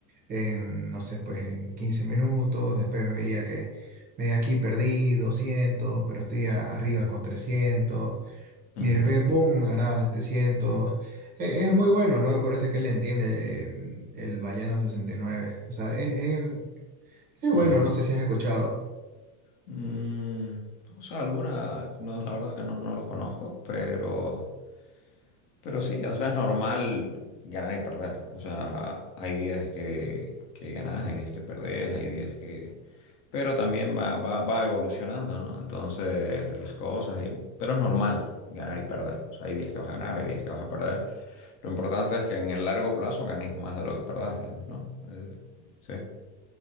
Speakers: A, on the right (about 20°); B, on the left (about 70°).
A: en, no sé, pues en 15 minutos, después veía que me aquí perdí 200 pero estoy a- arriba con 300
B: ujú,
A: y después, ¡pum!, ganaba setecientos E- Es muy bueno, ¿no? Me parece que él entiende eh, el Vallano sesenta y nueve O sea, es, es, es bueno,
B: ujú.
A: no sé si has escuchado.
B: Mm, o sea, alguna, no, la verdad que no, no lo conozco, pero... Pero sí, o sea, es normal ganar y perder. O sea, hay días que, que ganás, hay días que perdés, hay días que... Pero también va, va, va evolucionando, ¿no? Entonces, las cosas... y- Pero es normal ganar y perder. O sea, hay días que vas a ganar, hay días que vas a perder. Lo importante es que en el largo plazo ganes más de lo que perdás, digamos, ¿no? Eh, sí,